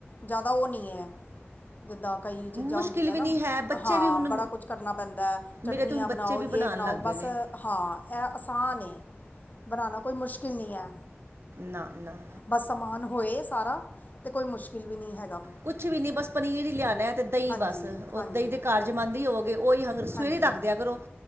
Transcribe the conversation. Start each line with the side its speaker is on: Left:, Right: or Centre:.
Left: ਜ਼ਾਅਦਾ ਓ ਨੀ ਐ। ਜਿੱਦਾਂ ਕਈ ਚੀਜ਼ਾਂ
Right: ਮੁਸ਼ਕਿਲ
Left: ਹੁੰਦੀਆਂ
Right: ਵੀ
Left: ਨਾ
Right: ਨਹੀਂ ਹੈ ਬੱਚੇ
Left: ਹਾਂ
Right: ਵੀ ਹੁਣ
Left: ਬੜਾ ਕੁਛ ਕਰਨਾ ਪੈਂਦਾ ਐ ਚਟਨੀਆਂ
Right: ਮੇਰੇ ਤਾਂ ਹੁਣ
Left: ਬਨਾਓ
Right: ਬੱਚੇ ਵੀ
Left: ਯੇ
Right: ਬਣਾਉਣ
Left: ਬਨਾਓ।
Right: ਲੱਗ
Left: ਬਸ
Right: ਗਏ ਨੇ
Left: ਹਾਂ ਐ ਆਸਾਨ ਐ ਬਨਾਨਾ ਕੋਈ ਮੁਸ਼ਕਿਲ ਨੀ ਐ।
Right: ਨਾ ਨਾ
Left: ਬਸ ਸਮਾਨ ਹੋਏ ਸਾਰਾ ਤੇ ਕੋਈ ਮੁਸ਼ਕਿਲ ਵੀ ਨੀ ਹੈਗਾ
Right: ਕੁਛ ਵੀ ਨੀ ਬਸ ਪਨੀਰ ਈ ਲਿਆਨੈ ਤੇ ਦਈਂ
Left: ਹਾਂਜੀ
Right: ਬਸ, ਓ
Left: ਹਾਂਜੀ
Right: ਦਈਂ ਤੇ ਘਰ ਜੰਮਾਂਦੇ ਈ ਹੋਵੋ ਗੇ। ਓਈ ਹੰਗਰ ਸਵੇਰੇ
Left: ਹਾਂਜੀ
Right: ਈ
Left: ਹਾਂਜੀ
Right: ਰੱਖਦੇਆਂ ਕਰੋ